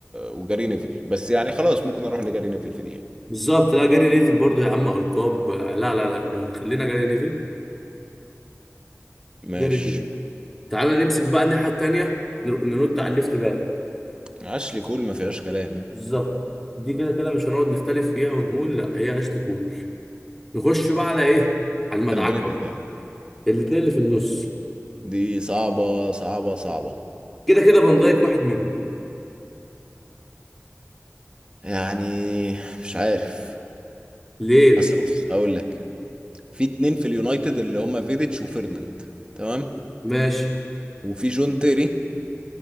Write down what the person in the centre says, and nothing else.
بالظبط لا جاري نيفل برضو يا عم ألقاب لا لا لا من- خلينا جاري نيفل
جاري نيفل تعال نمسك بقى الناحية التانية نر- ننط على الليفت باك
بالظبط دي كده كده مش هنقعد نختلف فيها ونقول لا هي اشلي كول نخش بقى على ايه على المدعكة
بقى الاتنين اللي في النص
كده كده فان دايك واحد منهم
ليه
ماشي